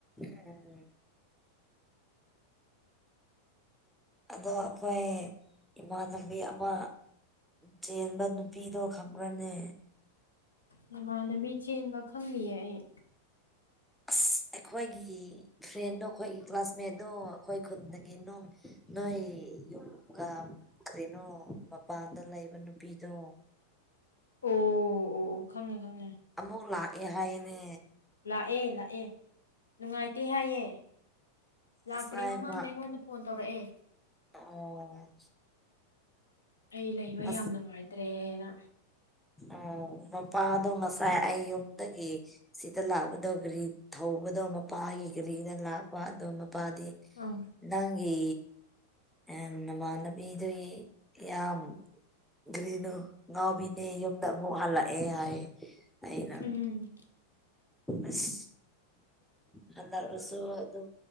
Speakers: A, in the centre; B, on the left (about 75°).
A: ꯎꯝ ꯑꯗꯣ ꯑꯈꯣꯏ ꯏꯃꯥꯟꯅꯕꯤ ꯑꯃ ꯆꯦꯟꯕ ꯅꯨ ꯄꯤꯗꯣ ꯈꯪꯕ꯭ꯔꯅꯦ
B: ꯅꯃꯥꯟꯅꯕꯤ ꯆꯦꯟꯕ ꯈꯪꯗꯤꯌꯦ ꯑꯩ
A: ꯑꯁ ꯑꯩꯈꯣꯏꯒꯤ ꯐ꯭ꯔꯦꯟꯗꯣ ꯑꯈꯣꯏꯒꯤ ꯀ꯭ꯂꯥꯁꯃꯦꯠꯗꯣ ꯑꯩꯈꯣꯏ ꯈꯨꯟꯗ꯭ꯒꯤ ꯅꯣꯡ ꯅꯣꯏ ꯌꯨꯝꯒ ꯀꯔꯤꯅꯣ ꯃꯄꯥꯟꯗ ꯂꯩꯕ ꯅꯨꯄꯤꯗꯣ
B: ꯑꯣ ꯑꯣ ꯑꯣ ꯈꯪꯉꯦ ꯈꯪꯉꯦ
A: ꯑꯃꯨꯛ ꯂꯥꯛꯑꯦ ꯍꯥꯏꯅꯦ
B: ꯑꯦ ꯂꯥꯛꯑꯦ ꯅꯨꯡꯉꯥꯏꯇꯦ ꯍꯥꯏꯌꯦ
A: ꯉꯁꯥꯏ
B: ꯂꯥꯛꯇ꯭ꯔꯤ ꯃꯃꯥꯡꯗ
A: ꯃꯥ
B: ꯑꯩꯉꯣꯟꯗ ꯐꯣꯟ ꯇꯧꯔꯛꯑꯦ
A: ꯑꯣ
B: ꯑꯩ ꯂꯩꯕ
A: ꯑꯁ
B: ꯌꯥꯝ ꯅꯨꯡꯉꯥꯏ ꯇ꯭ꯔꯦꯅ
A: ꯑꯣ ꯃꯄꯥꯗꯣ ꯉꯁꯥꯏ ꯑꯩꯌꯨꯝꯗꯒꯤ ꯁꯤꯗ ꯂꯥꯛꯄꯗꯣ ꯒ꯭ꯔꯤ ꯊꯧꯕꯗꯣ ꯃꯄꯥꯒꯤ ꯒ꯭ꯔꯤꯗ ꯂꯥꯛꯄ ꯑꯗꯣ ꯃꯄꯥꯗꯤ
B: ꯑꯣ
A: ꯅꯪꯒꯤ ꯑꯦꯟ ꯅꯃꯥꯟꯅꯕꯤꯗꯨꯏ ꯌꯥꯝ ꯀ꯭ꯔꯤꯅꯣ ꯉꯥꯎꯕꯤꯅꯦ ꯌꯨꯝꯗ ꯑꯃꯨꯛ ꯍꯜꯂꯛꯑꯦ ꯍꯥꯏ ꯑꯩꯅ
B: ꯎꯝ
A: ꯑꯁ ꯍꯟꯗꯛꯔꯁꯨ ꯑꯗꯨꯝ